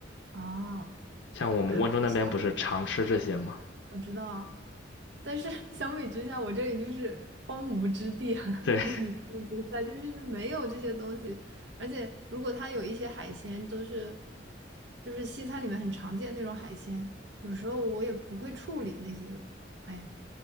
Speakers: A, on the right; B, on the left.
A: 哦，
B: 像我们温州那边不是常吃这些吗？
A: 啊，那相比我知道，但是 <laughs> 相比之下，我这里就是荒芜之地啊，
B: 对，
A: <laughs> 跟你这个比赛就是没有这些东西，而且如果它有一些海鲜，都是就是西餐里面很常见那种海鲜，有时候我也不会处理那些，哎，